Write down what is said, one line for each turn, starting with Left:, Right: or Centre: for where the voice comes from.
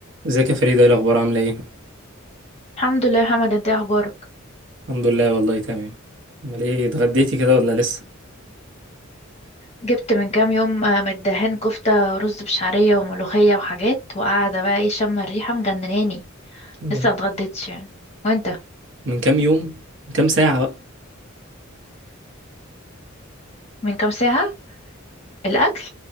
Right: ازيك يا فريدة ايه الأخبار عاملة ايه؟
Left: الحمد لله يا محمد انت ايه اخبارك
Right: الحمد لله والله تمام امال ايه اتغديتي كده ولا لسه؟
Left: جبت من كام يوم آه، من الدهان كفتة رز بشعرية وملوخية وحاجات وقاعدة بقى ايه شم الريحة مجنناني
Right: آه.
Left: لسه متغديتش يعني وانت
Right: من كام يوم؟ من كام ساعة بقى؟
Left: من كام ساعة الاكل